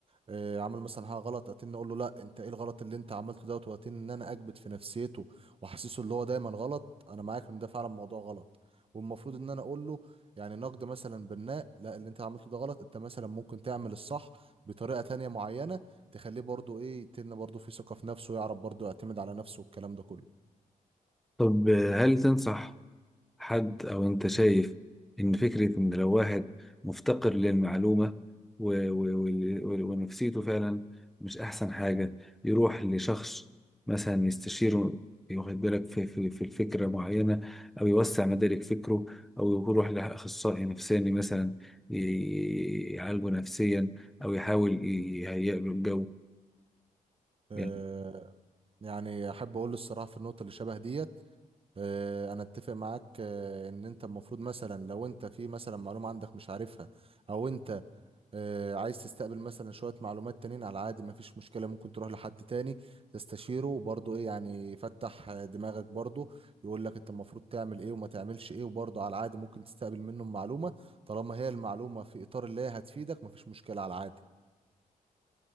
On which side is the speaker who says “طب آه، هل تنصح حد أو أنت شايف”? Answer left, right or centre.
Centre